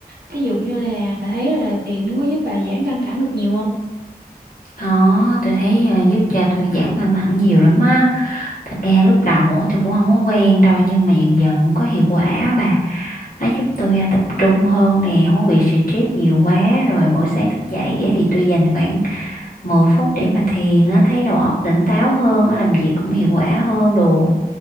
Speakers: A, on the right; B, on the left.
A: thí dụ như là bà thấy là thiền nó có giúp bà giảm căng thẳng được nhiều không
B: đó tôi thấy ờ, giúp cho tôi giảm căng thẳng nhiều lắm á thật ra lúc đầu á, thì cũng không có quen đâu nhưng mà dần dần cũng có hiệu quả á bà nó giúp tôi à, tập trung hơn nè không có bị stress nhiều quá rồi mỗi sáng thức dậy á, thì tôi dành khoảng 10 phút để mà thiền á thấy đầu óc tỉnh táo hơn á, làm việc cũng hiệu quả hơn đồ